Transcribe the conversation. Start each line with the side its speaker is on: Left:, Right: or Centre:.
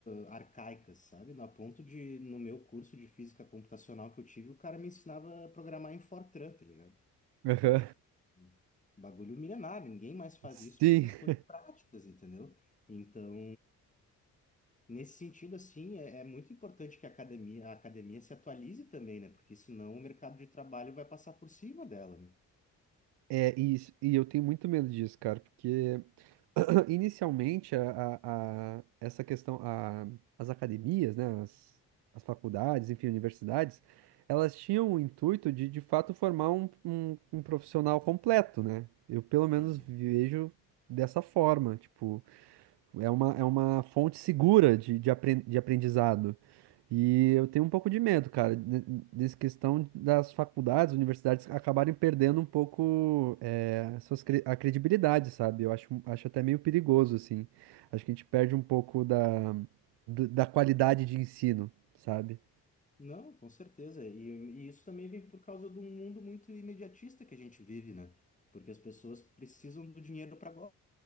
Left: ah, arcaicas, sabe? Na ponto de, no meu curso de física computacional que eu tive, o cara me ensinava a programar em Fortran, tá ligado?
Right: Aham.
Left: que é tipo um bagulho milenar, ninguém mais faz
Right: Sim.
Left: isso por questões
Right: <laughs>
Left: práticas, entendeu? Então, nesse sentido, assim, é, é muito importante que a academia, a academia se atualize também, né? Porque senão o mercado de trabalho vai passar por cima dela, né?
Right: É, e, isso- e eu tenho muito medo disso, cara, porque <clears throat> Inicialmente, a, a- a- essa questão, a- as academias, né, as, as faculdades, enfim, universidades, elas tinham o intuito de, de fato, formar um, um- um profissional completo, né? Eu, pelo menos,
Left: Uhum.
Right: vejo dessa forma, tipo, é uma, é uma fonte segura de, de apren- de aprendizado. E eu tenho um pouco de medo, cara, de- dessa questão das faculdades, universidades acabarem perdendo um pouco eh, suas, cre- a credibilidade, sabe? Eu acho, acho até meio perigoso, assim. Acho que a gente perde um pouco da, do- da qualidade de ensino, sabe?
Left: Não, com certeza. E, e isso também vem por causa de um mundo muito imediatista que a gente vive, né? Porque as pessoas precisam do dinheiro para agora.